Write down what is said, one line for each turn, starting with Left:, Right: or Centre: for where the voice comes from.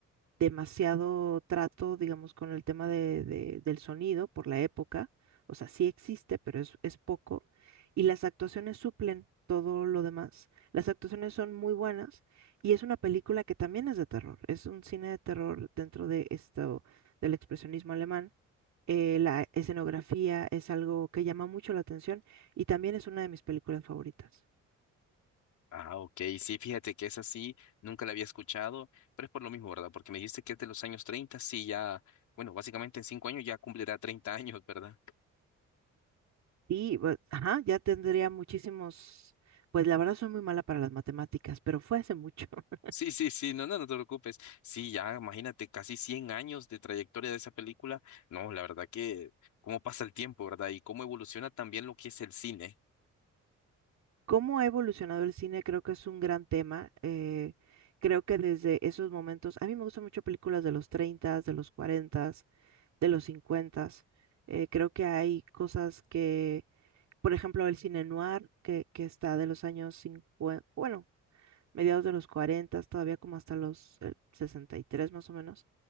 Right: demasiado trato, digamos, con el tema de- de- del sonido por la época. O sea, sí existe, pero es, es poco. Y las actuaciones suplen todo lo demás. Las actuaciones son muy buenas y es una película que también es de terror. Es un cine de terror dentro de esto del expresionismo alemán eh, la escenografía es algo que llama mucho la atención y también es una de mis películas favoritas.
Left: Ah, ok, sí, fíjate que es así, nunca la había escuchado, pero es por lo mismo, ¿verdad? Porque me dijiste que es de los años 30 sí, ya, bueno, básicamente en cinco años ya cumplirá 30 años, ¿verdad? <laughs>
Right: Y, pues, ajá, ya tendría muchísimos, pues la verdad soy muy mala para las matemáticas, pero fue hace mucho. <laughs>
Left: Sí, sí, sí, no, no, no te preocupes. Sí, ya, imagínate, casi 100 años de trayectoria de esa película. No, la verdad que cómo pasa el tiempo, ¿verdad? Y cómo evoluciona también lo que es el cine.
Right: ¿Cómo ha evolucionado el cine? Creo que es un gran tema. eh, creo que desde esos momentos, a mí me gustan mucho películas de los treinta de los 40, de los cincuenta eh, creo que hay cosas que, por ejemplo, el cine noir, que, que está de los años 50, bueno, mediados de los 40, todavía como hasta los eh, 63 más o menos.